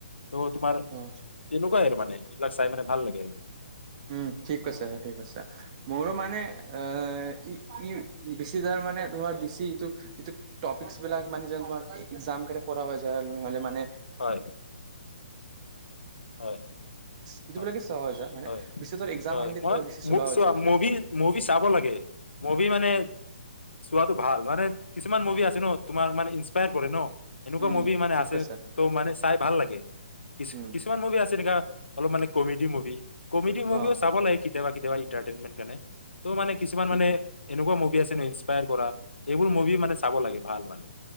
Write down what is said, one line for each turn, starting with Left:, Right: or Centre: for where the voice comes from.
Left: ত' তোমাৰ
Right: অ
Left: তেনেকুৱাই আৰু মানে এই বিলাক চাই মানে ভাল লাগে।
Right: উম। ঠিক কৈছে, ঠিক কৈছে। মোৰো মানে এ ই, ই বেছি দাৰ মানে তোমাৰ বেছি ইটো, ইটো টপিকচ বিলাক মানে যে তোমাৰ একজাম কাৰনে পঢ়া হৈ যায় হ'লে মানে
Left: হয় হয়
Right: <inaudible> এইটোবিলাকে
Left: হয়
Right: চোৱা হৈ যা মানে
Left: হয়
Right: বেছি একজাম আহিলে
Left: হয়
Right: ত' বেছি চলোৱা
Left: মই
Right: হৈ
Left: চোৱা
Right: যায়‌।
Left: মুভি মুভি চাব লাগে। মুভি মানে চোৱাটো ভাল। মানে কিছুমান মুভি আছে ন তোমাৰ মানে ইন্সপায়াৰ কৰে ন। এনেকুৱা
Right: উম
Left: মুভি মানে
Right: ঠিক
Left: আছে
Right: কৈছা
Left: ত' মানে চাই ভাল লাগে। কি-
Right: উম
Left: ছুমান মুভি আছে এনকা অলপ মানে কমেডি মুভি কমেডি
Right: অ
Left: মুভিও চাব লাগে। কেতিয়াবা, কেতিয়াবা ইন্টাৰটেনমেন্ট মানে। ত' মানে কিছুমান
Right: ঠিক
Left: মানে- এনেকুৱা মুভি আছে ন ইন্সপায়াৰ কৰা এইবোৰ মুভি মানে চাব লাগে ভাল মানে।